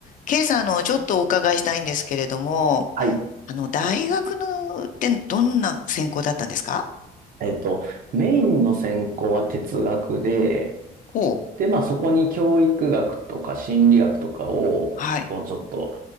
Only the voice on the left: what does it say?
ケイさん、あの、ちょっとお伺いしたいんですけれども、
あの、大学の、ってどんな専攻だったんですか
ほう。
はい。